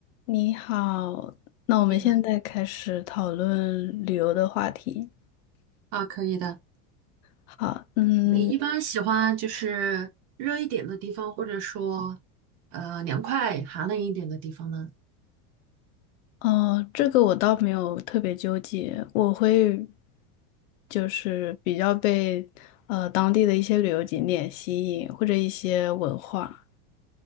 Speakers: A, on the left; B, on the right.
A: 你好，那我们现在开始讨论旅游的话题。
B: 你好，啊，可以的。
A: 好，嗯，
B: 你一般喜欢就是热一点的地方，或者说呃凉快、寒冷一点的地方的
A: 哦，这个我倒没有特别纠结，我会就是比较被呃当地的一些旅游景点吸引，或者一些文化。